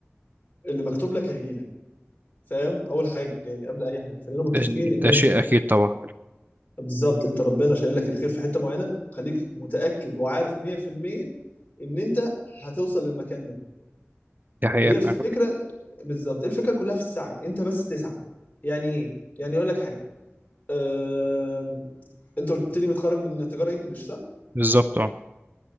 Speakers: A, on the left; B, on the right.
A: اللي مكتوب لك هيجي لك فاهم اول حاجه يعني قبل اي حاجه خلينا متفقين
B: ده,
A: ان
B: ده
A: انت
B: شيء اكيد طبعا
A: بالظبط انت ربنا شايل لك الخير في حته معينه خليك متاكد وعارف 100% ان انت هتوصل للمكان ده
B: دي حقيقه
A: هي الفكره
B: فعلا
A: بالظبط الفكره كلها في السعي انت بس تسعى يعني ايه يعني اقول لك حاجه آه، انت قلت لي متخرج من تجاره انجلش صح؟
B: بالظبط اه